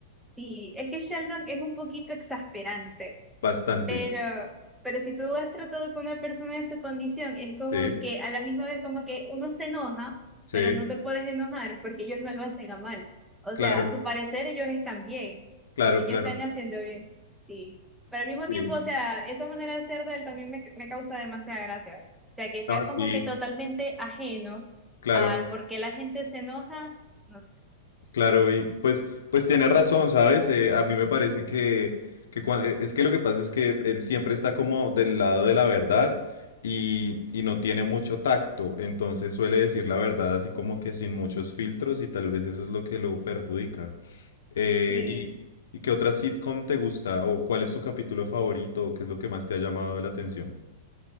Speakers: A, in the centre; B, on the left.
A: Sí, es que Sheldon es un poquito exasperante.
B: Bastante.
A: Pero, pero si tú has tratado con una persona en su condición, es como
B: Sí,
A: que a la misma vez como que uno se enoja,
B: sí,
A: pero no te puedes enojar porque ellos no lo hacen a mal. O
B: claro,
A: sea, a su parecer ellos están bien.
B: claro,
A: Ellos
B: claro.
A: están haciendo bien. Sí. Pero al mismo
B: Sí,
A: tiempo, o sea, esa manera de ser de él también me, me causa demasiada gracia. O sea, que sea
B: no, sí,
A: como que totalmente ajeno
B: claro.
A: al por qué la gente se enoja, no sé.
B: Claro, y pues, pues tienes razón, ¿sabes? Eh, a mí me parece que, que cua- eh, es que lo que pasa es que él siempre está como del lado de la verdad y, y no tiene mucho tacto, entonces suele decir la verdad así como que sin muchos filtros y tal vez eso es lo que lo perjudica. Eh,
A: Sí.
B: y, ¿y qué otra sitcom te gusta? ¿O cuál es tu capítulo favorito? ¿O qué es lo que más te ha llamado la atención?